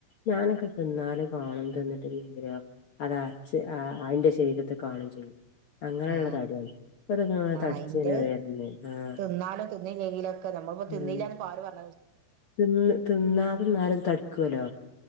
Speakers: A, on the left; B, on the right.
A: ഞാനൊക്കെ തിന്നാലും കാണും <unintelligible> <unintelligible> അതിന്റെ ശരീരത്തെ കാണും ചെയ്യും അങ്ങനെള്ള
B: ആ
A: തടിയാണ് ഇപ്പ ഇതിങ്ങനെ
B: ആ
A: തടിച്ചിങ്ങനെ
B: അയിന്റെ
A: വെര്ണ് ആഹ്
B: തിന്നാലും തിന്നില്ലെലൊക്കെ നമ്മ <unintelligible> തിന്നില്ലന്ന്
A: ഉം
B: പാറു പറഞ്ഞു
A: തിന്ന് തിന്നാ <unintelligible> തടുക്കുവേലൊ